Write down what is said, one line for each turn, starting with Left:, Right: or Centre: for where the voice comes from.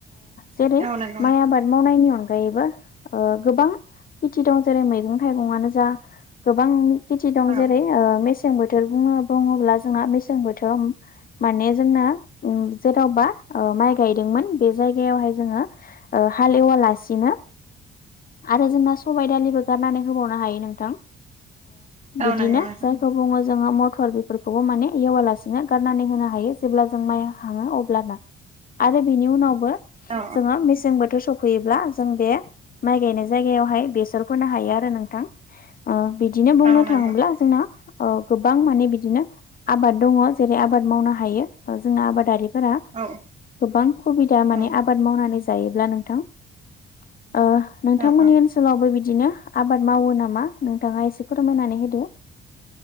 Left: जेरै
Right: औ नंगौ नोंथां
Left: माइ आबाद मावनायनि अनगायै अनगायैबो गोबां खेथि दं जेरै मैगं थाइगंआनो जा गोबां खेथि दं
Right: औ
Left: जेरै मेसें बोथोर बुङो बुङोब्ला जोंना मेसें बोथोराव माने जोंना जेरावबा माइ गायदोंमोन बे जायगायावहाय जोङो हालेवालासिनो आरो जोंना सबायाइ दालिबो गारनानै होबावनो हायो नोंथां बिदिनो
Right: औ नंगौ नोंथां
Left: जायखौ बुङो जोङो मटर बेफोरखौबो माने एवालासिनो गारनानै होनो हायो जेब्ला जों माइ हाङो अब्लाना आरो बेनि उनावबो
Right: औ
Left: जोंङो मेसें बोथोर सब फैयोब्ला जों बे माइ गायनाय जायगायावहाय बेसर फोनो हायो आरो नोंथां बिदिनो बुंनो
Right: औ औ नंगौ
Left: थाङोब्ला जोंना गोबां माने बिदिनो आबाद दङ जेरै आबाद मावनो हायो जोंना आबादारि गोबां
Right: औ
Left: सुबिदा माने
Right: औ
Left: आबाद मावनानै जायोब्ला नोंथां नोंथांमोननि
Right: औ औ
Left: ओनसोलावबो बिदि बिदिनो आबाद मावो नामा नोंथाङा एसे फोरमायनानै होदो